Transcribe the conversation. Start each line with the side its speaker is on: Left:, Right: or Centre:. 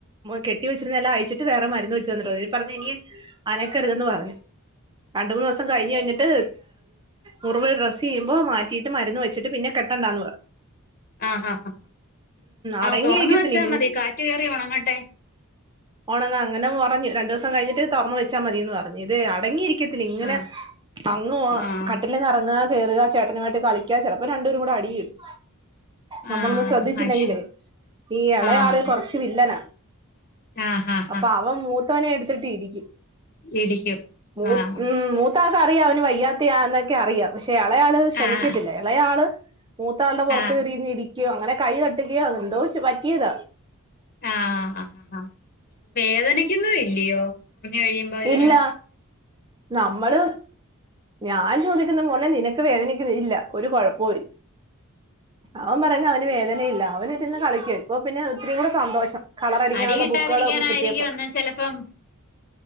Right: കെട്ടി വച്ചിരുന്നെല്ലാം അയ്ച്ചിട്ട് വേറെ മരുന്ന് വെച്ച് തന്നിട്ട് പറഞ്ഞഞ് ഇനി അനക്കരുതെന്ന് പറഞ്ഞു രണ്ട് മൂന്ന് ദിവസം കഴിഞ്ഞ് കഴിഞ്ഞിട്ട് ർ മുറിവ് ഡ്രസ്സ് ചെയ്യുമ്പോ മാറ്റിയിട്ട് മരുന്ന് വെച്ചിട്ട് പിന്നെ കെട്ടണ്ടാന്ന് പറ
Left: ആഹ ആ
Right: അടങ്ങിയിരിക്കത്തില്ല
Left: ആ തുറന്ന് വെ ച്ചചാ മതി കാറ്റുകേറി ഒണങ്ങട്ടെ
Right: ഓണങ്ങ അങ്ങനെ പറഞ്ഞു രണ്ടു ദിവസം കഴിഞ്ഞിട്ട് തുറന്നു വെച്ചാ മതിന്ന് പറഞ്ഞു ഇത് അടങ്ങിയിരിക്ക ത്തില്ല ഇങ്ങനെ
Left: ആഹ്
Right: അങ്ങുവ
Left: ആഹ്
Right: കട്ടിലേന്ന് ഇറങ്ങാ കേറുക ചേട്ടനുമായിട്ട് കളിക്ക ചിലപ്പോ രണ്ടേരുംകൂടെ അടിയിടും നമ്മളൊന്നും
Left: ആഹ്
Right: ശ്രദ്ധിച്ചില്ലെങ്കിലേ
Left: അത് ശരി
Right: ഈ ഇളയാള്
Left: ആഹ്
Right: കൊറച്ച് വില്ലന
Left: ആഹ് ആഹ്
Right: അപ്പൊ
Left: ആഹ്
Right: അവ മൂത്ത് ത്തവനെ എടുത്തിട്ട് ഇടിക്കും
Left: ഇടിക്കും
Right: മൂ
Left: ആഹ്
Right: ഉം മൂത്ത ആക്ക അറിയാം അവന് വയ്യാത്തയാ എന്നൊ അറിയാം പക്ഷ പക്ഷെ ഇളയാള് ക്ഷമിക്കത്തില്ല
Left: ആഹ്
Right: ഇളയാള് മൂത്താളുടെ പുറത്ത്
Left: ആഹ്
Right: കറിരുന്ന് ഇടി ക്യ അങ്ങനെ കൈ കട്ടുകയോ അ എന്തോ റ്റിയത
Left: ആഹ ആ ആഹ് വേദനക്കൊന്നും ഇല്ലയോ മുറഞ്ഞഞ് കഴിയുമ്പോ ഇതിന്
Right: ഇല്ല നമ്മള് ഞാൻ ചോദിക്കുന്ന മോനെ നിനക്ക് വേദനക്കുന്ന ഇല്ല ഒരു കുഴപ്പവുംമില്ല അവൻ പറയുന്നെ അവന് വേദനയില്ല അവനറ്റിന്ന് കളിക്കും ഇപ്പൊ പിന്നെ ഒത്തിരി കൂടെ സന്തോഷം കളറടിക്കാനുള്ള
Left: അടി കിട്ടാതിരിക്കാനായിരിക്കും
Right: ബുക്കുകളും ഒക്കെ കിട്ടിയപ്പോ
Left: അന്നാ ചിലപ്പം